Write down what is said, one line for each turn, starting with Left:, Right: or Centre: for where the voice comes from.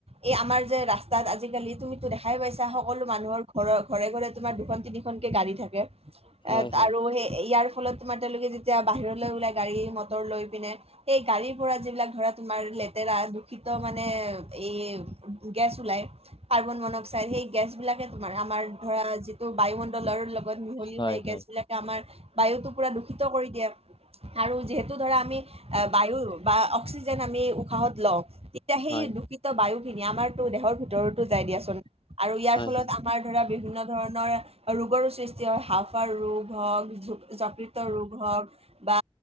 Right: এই আমাৰ যে ৰাস্তাত আজিকালি তুমিতো দেখাই পাইছা সকলো মানুহৰ ঘৰৰ ঘৰে ঘৰে তোমাৰ দুখন, তিনি খনকে গাড়ী থাকে।
Left: হয়
Right: এত
Left: হয়
Right: আৰু সেই ইয়াৰ ফলত তোমাৰ তেওঁলোকে যে তিয়া বাহিৰলৈ ওলায় গাড়ী, মটৰ লৈ পিনে। সেই গাড়ীৰ পৰা যিবিলাক ধৰা তোমাৰ লেতেৰা দূষিত মানে এই গেছ ওলায় কাৰ্বন মন অক্সাইড, সেই গেছবিলাকে তোমাৰ আমাৰ ধৰা যিটো বায়ুমণ ডলৰ লগত মিহলি
Left: হয়
Right: হৈ
Left: হয়
Right: গেছবিলাকে আমাৰ বায়ুতো পুৰা দূষি ত কৰি দিয়ে আৰু যিহেতু ধৰা, আমি এ বায়ু বা অক্সিজেন আমি উশাহত লওঁ, তেতিয়া সেই
Left: হয় হয়
Right: দূষিত বায়ু খিনি আমাৰতো দেহৰ ভিতৰতো যায় দিয়াচোন। আৰু ইয়াৰ
Left: হয়
Right: ফলত
Left: হয়
Right: আমাৰ ধৰা বিভিন্ন ধৰণৰ ৰোগৰো সৃষ্টি হয় হাঁওফাঁওৰ ৰোগ হওঁক, য-যকৃত তৰ ৰোগ হওঁক। বা